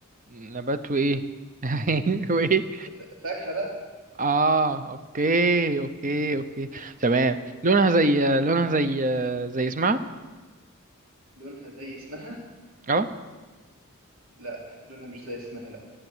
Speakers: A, on the right; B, on the right.
A: نبات وإيه <laughs> وإيه
B: ف- فاكهة بقى
A: اه اوكي اوكي اوكي تمام لونها زي لونها زي زي اسمها
B: لونها زي اسمها
A: اه
B: لا لونها مش زي اسمها لا